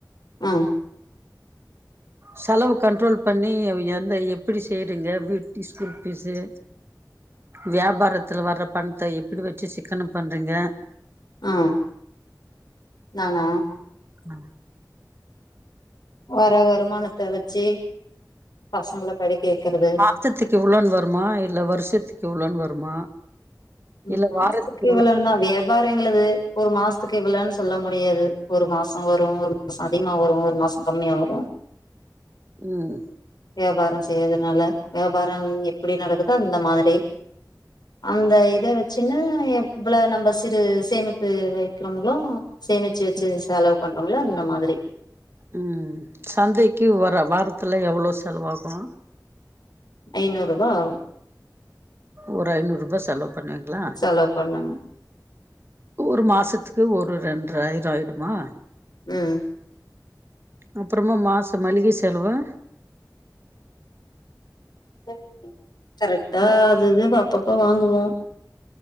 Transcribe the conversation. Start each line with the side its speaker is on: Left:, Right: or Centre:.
Left: ம்
Right: செலவு கண்ட்ரோல் பண்ணி எத எப்டி செய்றிங்க வீட்டு ஸ்கூல் பீஸ்ஸு வியாபாரத்துல வர்ற பண்த்த எப்படி வெச்சு சிக்கனம் பண்றீங்க
Left: ஆ நானா
Right: அ
Left: வர்ர வருமானத்த வெச்சு பசங்கள படிக்க வெக்கறது
Right: மாசத்துக்கு இவ்ளோன்னு வருமா இல்ல வருஷத்துக்கு இவ்ளோன்னு வருமா
Left: ம்
Right: இல்ல
Left: மாசத்துக்கு
Right: வாரத்துக்கு
Left: இவ்ளோனுதா
Right: இவ்ளோ
Left: வே வேற எங்களது ஒரு மாசத்துக்கு இவ்ளோன்னு சொல்ல முடியாது ஒரு மாசசோ வரு ஒரு மாசோ அதிகமா வரு ஒரு மாசோ கம்மியா வரு
Right: ம்
Left: வியாபாரம் செய்யறதுனால வியாபாரம் எப்டி நடக்குதோ அந்த மாதிரி அந்த இ ச்சுன்னு எவ்ள நம்ம சிறு சேமிப்பு வைக்றங்களோ சேமிச்சு வெச்சு
Right: ம்
Left: செலவு பண்றாங்களோ அந்த மாதிரி
Right: ம் சந்தைக்கு வர வாரத்துல எவ்ளோ செலவாகு
Left: ஐநூரூபா ஆகு
Right: ஒரு ஐநூறு ரூபா செலவு பண்ணுவீங்களா
Left: செலவு பண்ணுங்க
Right: ஒரு மாசத்துக்கு ஒரு ரெண்ர ஆயிரோ ஆயிடுமா
Left: ம்
Right: அப்பறமா மாசோ மளிக செலவு
Left: <inaudible> கரெக்டா
Right: ம-
Left: அதுவே அப்பப்ப வாங்குவோ